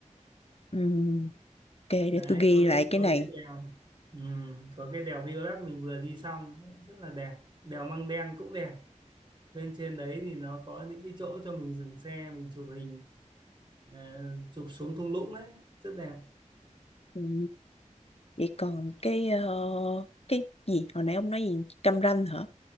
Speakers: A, on the left; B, on the right.
A: ừ, ok
B: đấy
A: để tôi ghi
B: có
A: lại
B: cái
A: cái
B: có
A: này
B: cái đèo ừ, có cái đèo Violac mình vừa đi xong rất là đẹp đèo Măng Đen cũng đẹp lên trên đấy thì nó có những cái chỗ cho mình dừng xe mình chụp hình ờ, chụp xuống thung lũng ấy rất đẹp
A: ừ, vậy còn cái ờ, cái gì hồi nãy ông nói gì cam ranh hả